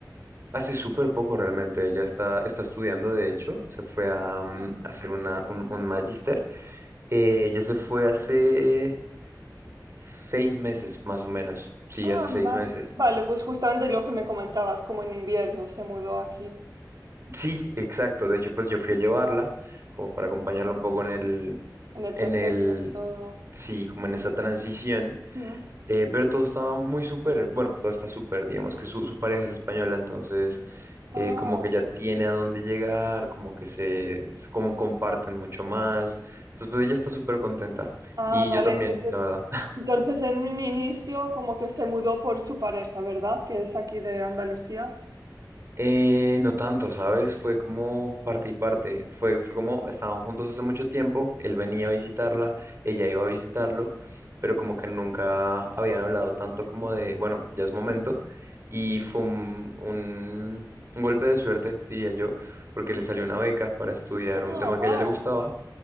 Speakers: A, on the right; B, on the right.
A: Hace súper poco realmente, ella está, está estudiando, de hecho, se fue a, mm,
B: Mm.
A: hacer una, un, un magíster. Eh, ella se fue hace seis meses, más o menos. Sí,
B: Ah,
A: hace
B: vale.
A: seis meses.
B: Vale, pues justamente lo que me comentabas, como en invierno se mudó aquí,
A: Sí, exacto. De hecho, pues yo fui a llevarla como para acompañarla un poco en el,
B: en el
A: en
B: proceso
A: el,
B: y todo.
A: sí, como en esa transición.
B: Mm.
A: Eh, pero todo estaba muy súper, bueno, todo está súper, digamos que su, su pareja es española, entonces
B: Ah,
A: eh, como que ya tiene a dónde llegar, como que se, como comparten mucho más. Entonces, pues ella está súper contenta.
B: ah,
A: Y
B: vale,
A: yo también,
B: entonces,
A: la verdad.
B: entonces en un inicio como que se mudó por su pareja, ¿verdad? Que es aquí de Andalucía.
A: Eh, no tanto, ¿sabes? Fue como parte y parte. Fue, fue como estaban juntos hace mucho tiempo, él venía a visitarla, ella iba a visitarlo, pero como que nunca habían hablado tanto como de, bueno, ya es momento. Y fue un, un- un golpe de suerte, diría yo, porque le salió una beca para estudiar
B: Ah,
A: un tema
B: wow.
A: que a ella le gustaba